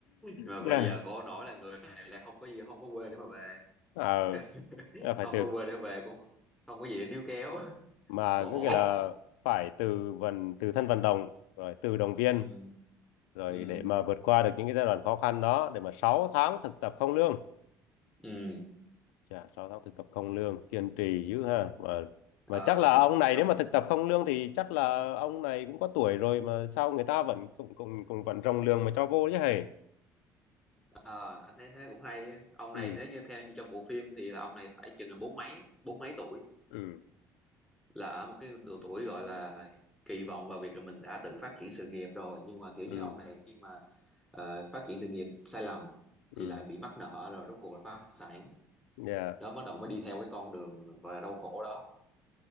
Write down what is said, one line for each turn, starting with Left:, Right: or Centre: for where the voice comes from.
Centre: mà
Left: Dạ.
Centre: bây giờ khổ nổi là người này là không có gì không có quê để mà về
Left: Ờ,
Centre: <laughs>
Left: là phải
Centre: không
Left: từ
Centre: có quê để về cũng không có gì để níu kéo
Left: mà
Centre: khổ
Left: có nghĩa là phải từ vận từ thân vận động rồi từ động viên
Centre: ừ
Left: rồi
Centre: ừ
Left: để mà vượt qua được những cái giai đoạn khó khăn đó để mà 6 tháng thực tập không lương
Centre: ừ
Left: Chà, 6 tháng thực tập không lương kiên trì dữ ha mà
Centre: Ờ,
Left: mà chắc là ông
Centre: mà
Left: này
Centre: trong
Left: nếu mà thực tập không lương thì chắc là ông này cũng có tuổi rồi mà sao người ta vẫn cũng cũng cũng vẫn rồng lương mà cho vô chứ hề
Centre: ờ, anh thấy thế cũng hay á. ông này
Left: ừ
Centre: nếu như theo như trong bộ phim thì là ông này phải chừng là bốn mấy bốn mấy tuổi
Left: ừ
Centre: là ở một cái độ tuổi gọi là kỳ vọng vào việc là mình đã tự phát triển sự nghiệp rồi nhưng mà kiểu như
Left: ừ
Centre: ông này khi mà ờ, phát triển sự nghiệp sai lầm thì
Left: ừ
Centre: lại bị mắc nợ rồi rốt cuộc là phá sản
Left: dạ
Centre: đó bắt đầu mới đi theo cái con đường gọi là đau khổ đó